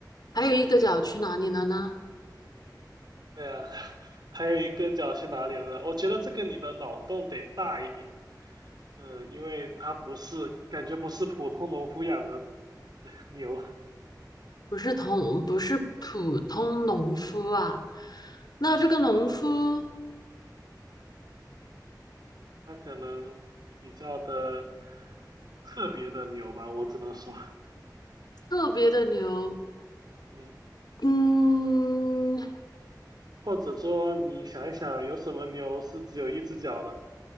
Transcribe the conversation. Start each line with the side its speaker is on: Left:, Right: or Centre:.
Left: 还有一个脚去哪里了呢？
Right: 对呀，<laughs> 还有一个角去哪里了呢？我觉得这个你的脑洞得大一点，呃，因为它不是，感觉不是普通农夫养的 <laughs> 牛，
Left: 不是同，不是普通农夫啊。那这个农夫
Right: 嗯，它可能比较的特别的牛吧，我只能说，
Left: 特别的牛，
Right: 嗯，
Left: 嗯
Right: 或者说你想一想，有什么牛是只有一只脚的？